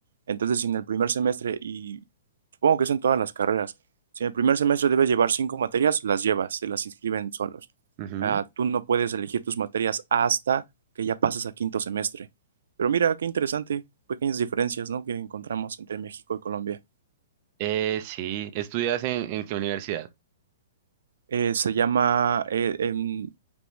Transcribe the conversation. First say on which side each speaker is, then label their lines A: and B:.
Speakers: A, on the right; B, on the right.
A: Entonces, si en el primer semestre, y supongo que es en todas las carreras, si en el primer semestre debes llevar cinco materias, las llevas, se las inscriben solos.
B: Ujú.
A: Ah, tú no puedes elegir tus materias hasta que ya pases a quinto semestre. Pero mira, qué interesante, pequeñas diferencias, ¿no? que encontramos entre México y Colombia.
B: Eh, sí, ¿estudias en, en qué universidad?
A: Eh, se llama, eh, em,